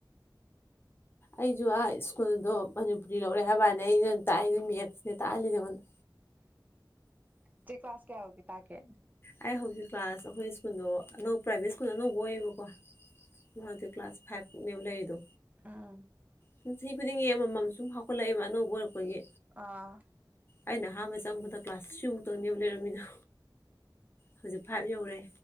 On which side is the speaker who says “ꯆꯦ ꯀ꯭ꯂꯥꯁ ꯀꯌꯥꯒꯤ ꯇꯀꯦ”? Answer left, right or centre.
Right